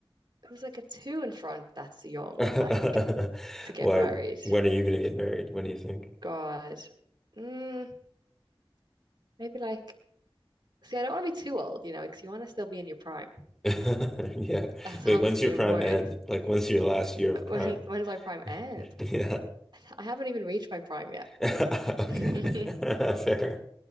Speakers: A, on the right (about 55°); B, in the centre.
A: it was like a two in front. That's young,
B: <laughs>
A: like to get
B: Why,
A: married.
B: when are you gonna get married? When do you think?
A: God, mm, maybe like. See, I don't want to be too old, you know, because you want to still be in your prime.
B: <laughs> Yeah.
A: That's
B: Wait,
A: obviously
B: when's your
A: important.
B: prime end? Like, when's your last year of
A: But
B: prime?
A: When when does my prime
B: <laughs>
A: end?
B: Yeah.
A: I haven't even reached my prime yet.
B: <laughs> Okay.
A: <laughs>
B: <laughs> Fair.